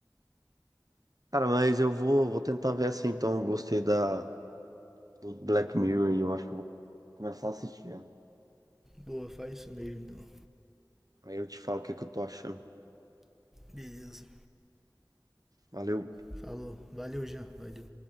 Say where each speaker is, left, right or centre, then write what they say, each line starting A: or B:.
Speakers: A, on the right (about 50°); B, in the centre.
A: Cara, mas eu vou, vou tentar ver essa então. Eu Gostei da, do Black Mirror e eu acho que eu vou começar a assistir.
B: Boa, faz isso mesmo então.
A: Aí eu te falo o que que eu tô achando.
B: Beleza.
A: Valeu.
B: Falou. Valeu, Jean. Valeu.